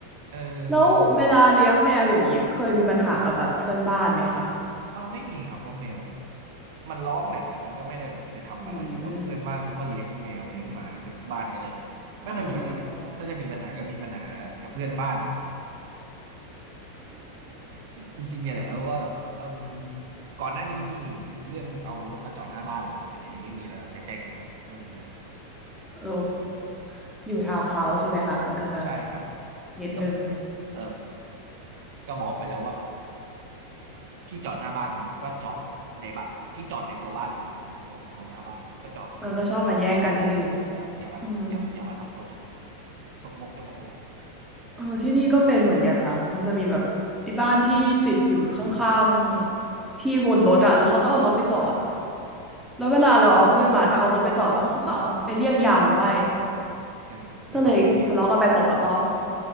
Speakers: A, on the right; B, in the centre.
A: เออ
B: แล้วเวลาเลี้ยงแมวอย่างนี้เคยมีปัญหากับแบบเพื่อนบ้านไหมคะ
A: ครับ เอ้าไม่มีครับเพราะแมวมันร้องแหละแต่มันก็ไม่ได้แบบไปทำอะไรแล้วเพื่อนบ้านเขาก็เลี้ยงแมวเลี้ยงหมาเกือบทุกบ้านกันเลย
B: อืม
A: ไม่ค่อยมีอะไรกันถ้าจะมีปัญหาก็มีปัญหากับเพื่อนบ้าน
B: เออเออ
A: จริงๆเนี่ยแหละเพราะว่าแบบเอิมก่อนหน้านี้มีเรื่องเอารถมาจอดหน้าบ้านอะไรเงี้ยแต่เดี๋ยวนี้ไม่มีแล้วหลังจากแจ้งตำรวจไม่มีแล้ว
B: เอออยู่ทาวน์เฮาส์ใช่ไหมคะมันก็จะ
A: ใช่ครับ
B: นิดนึง
A: ก็เออก็บอกไปแล้วว่า ที่จอดหน้าบ้านมีก็จอดในบ้านที่จอดในตัวบ้านมี้ตรงตรงโซนหน้าบ้านก็จอดตรงนั้นอย่ามาจอดหน้าบ้านคนอื่นอย่าอย่ามาอย่ามาอย่ามาทำตัวสก
B: เออก็ชอบมาแย่งกันที่อื่นอืม
A: สกมกจกกระปุก
B: เออที่นี่ก็เป็นเหมือนกันค่ะ มันจะมีแบบไอ้บ้านที่ติดอยู่ข้างๆที่วนรถอะแล้วเขาก็เอารถไปจอด แล้วเวลาเราเอาเพื่อนมาจะเอารถไปจอดบ้างเขาก็เอาไปเรียกยามมันไว้
A: เออนิสัยไม่ดี
B: ก็เลยทะเลาะกันไปสองสามรอบ